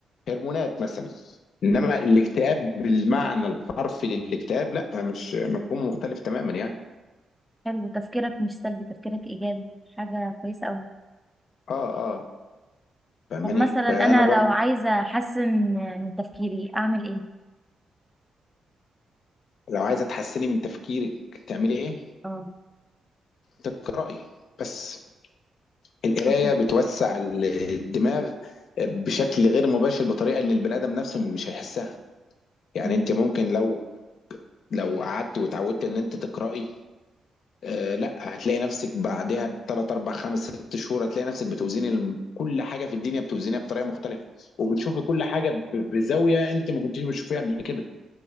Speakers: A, on the left; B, in the centre.
A: هرمونات مثلا انما
B: مم.
A: الاكتئاب بالمعنى الحرفي للاكتئاب لا مش مفهوم مختلف تماما يعني
B: حلو تفكيرك مش سلبي تفكيرك إيجابي حاجة كويسة أوي
A: اه اه فاهماني
B: طب مثلا
A: فانا
B: انا
A: برضو
B: لو عايزه احسن من تفكيري اعمل ايه
A: لو عايزه تحسني من تفكيرك تعملي ايه
B: اه
A: تقراي بس القرايه
B: كتب
A: بتوسع ال- الدماغ بشكل غير مباشر بطريقه ان البني ادم نفسه مش هيحسها يعني
B: مم،
A: انت ممكن لو لو قعدت وتعودت ان انت تقراي آه لا هتلاقي نفسك بعدها بثلاث اربع خمس ست شهور هتلاقي نفسك بتوزيني الم- كل حاجه في الدنيا بتوزينها بطريقه مختلفه وبتشوفي كل حاجه ب- بزاويه انت ما كنتيش بتشوفيها قبل كده